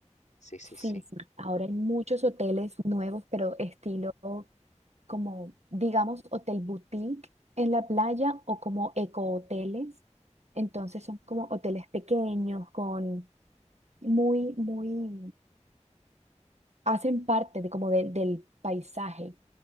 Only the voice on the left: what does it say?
Sí, sí, sí.